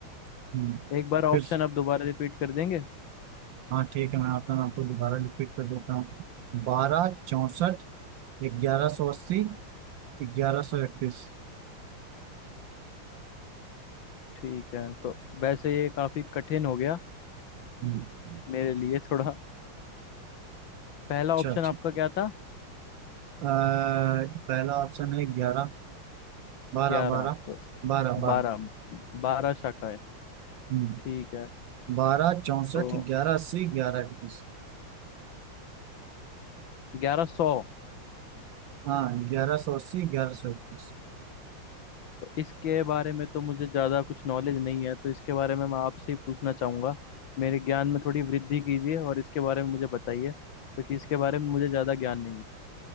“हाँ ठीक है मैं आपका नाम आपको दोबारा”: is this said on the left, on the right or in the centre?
Right